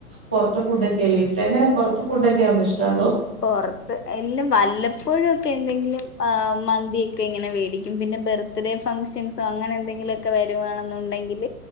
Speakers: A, in the centre; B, on the left (about 80°).
A: പൊറത്ത് ഫുഡൊക്ക അല്ലേ ഇഷ്ടം എങ്ങനെ പൊറത്തെ ഫുഡൊക്കെയാണോ ഇഷ്ടം അതോ
B: പൊറത്ത് എല്ല വല്ലപ്പോഴക്കെ എന്തെങ്കിലും മന്തിയൊക്കെ ഇങ്ങനെ മേടിക്കും പിന്നെ ബർത് ബർത്ത്ഡേ ഫംഗ്ഷൻസോ അങ്ങനെ എന്തെങ്കിലുമൊക്കെ വരുവാണെന്നുണ്ടെങ്കിൽ